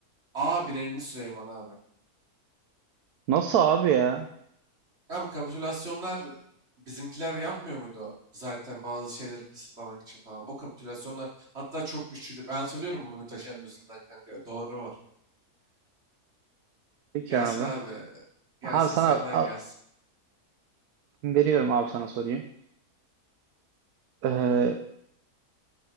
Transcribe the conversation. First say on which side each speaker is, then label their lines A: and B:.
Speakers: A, on the right; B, on the right.
A: A. birinci Süleyman abi.
B: Nasıl abi ya?
A: Ya bu kapitülasyonlar bizimkiler yanmıyor muydu o? Zaten bazı şeyleri kısıtlamak için falan. O kapitülasyonlar hatta çok güçlüydü. Ben hatırlıyorum bunu Muhteşem Yüzyıl'dan kanka. Doğru var.
B: Peki
A: Gelsin
B: abi.
A: abi. Gelsin
B: Abi sana
A: senden
B: a-
A: gelsin.
B: veriyorum abi sana soruyu. Ee,